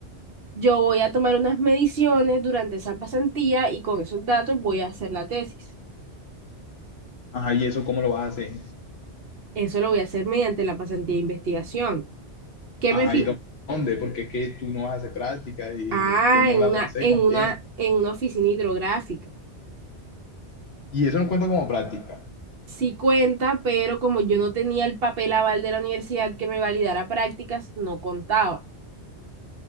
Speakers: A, on the right; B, on the left.
A: Yo voy a tomar unas mediciones durante esa pasantía y con esos datos voy a hacer la tesis.
B: Ajá, ¿y eso cómo lo vas a hacer?
A: Eso lo voy a hacer mediante la pasantía de investigación. ¿Qué
B: Ajá,
A: me fi-
B: ¿y dó- dónde? Porque es que tú no vas a hacer prácticas y
A: Ah,
B: cómo
A: en una,
B: las vas a hacer,
A: en
B: con
A: una,
B: quién.
A: en una oficina hidrográfica.
B: Y eso no cuenta como práctica.
A: Sí cuenta, pero como yo no tenía el papel aval de la universidad que me validara prácticas, no contaba.